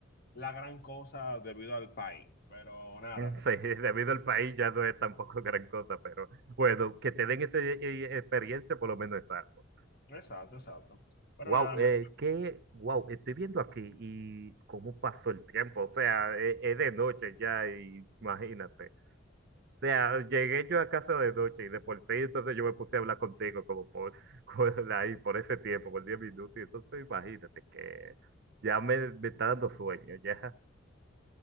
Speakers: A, on the left; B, on the right.
A: la gran cosa debido al país, pero nada,
B: <laughs> Sí, debido al país ya no es tampoco gran cosa, pero bueno, que te den esa eh, eh, experiencia por lo menos es algo.
A: exacto, exacto. Pero
B: Wow,
A: nada, me-
B: eh, qué, wow, estoy viendo aquí y cómo pasó el tiempo, o sea, eh, es, de noche ya, y imagínate. O sea, llegué yo a casa de noche y de por sí, entonces yo me puse a hablar contigo como por, <laughs> con- ahí, por ese tiempo, por 10 minutos, y entonces imagínate que ya me, me está dando sueño, ya.